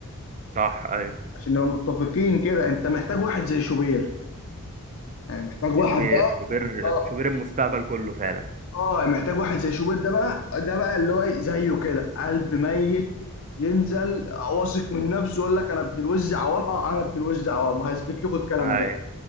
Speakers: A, on the right (about 35°); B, on the left (about 65°).
A: صح ايوه
B: عشان نبقى متفقين كده انت محتاج واحد زي شوبير يعني محتاج
A: شوبير
B: واحد بقى
A: شوبير
B: آه،
A: شوبير المستقبل كله فعلا
B: اه محتاج واحد زي شوبير ده بقى ده بقى اللي هو إيه، زيه كده قلب ميت ينزل واثق من نفسه يقول لك انا ابن الوز عوام اه انا ابن الوز عوام وهثبت لكم الكلام
A: ايوه
B: ده